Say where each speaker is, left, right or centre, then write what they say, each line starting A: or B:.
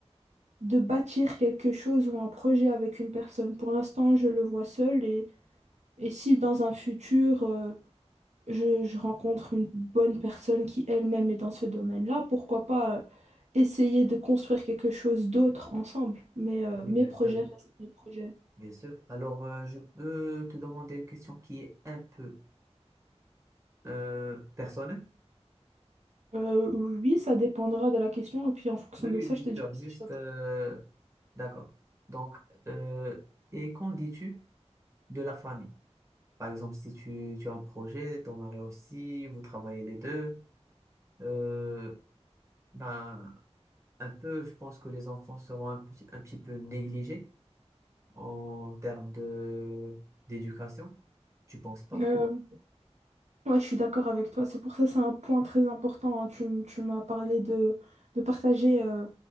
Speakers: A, on the right; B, on the right.
A: de bâtir quelque chose ou un projet avec une personne. Pour l'instant, je le vois seul Et si dans un futur, euh, je, je rencontre une bonne personne qui elle-même est dans ce domaine-là, pourquoi pas euh, essayer de construire quelque chose d'autre ensemble. Mais euh,
B: Oui,
A: mes
B: bien
A: projets
B: sûr,
A: restent mes projets.
B: bien sûr. Alors, euh, je peux te demander une question qui est un peu euh, personnelle?
A: Euh, oui, ça dépendra de la question, et puis en fonction
B: Oui,
A: de
B: oui,
A: ça,
B: bien
A: je te
B: sûr,
A: dirai si
B: juste...
A: je
B: euh, d'accord. Donc, euh, et qu'en dis-tu de la famille? Par exemple, si tu, tu as un projet, ton mari aussi, vous travaillez les deux, euh, ben, un peu, je pense que les enfants seront un, petit- un petit peu négligés. en termes de d'éducation? Tu penses pas?
A: réponds. Ouais, je suis d'accord avec toi. C'est pour ça que c'est un point très important. hein. Tu, m- tu m'as parlé de, de partager euh,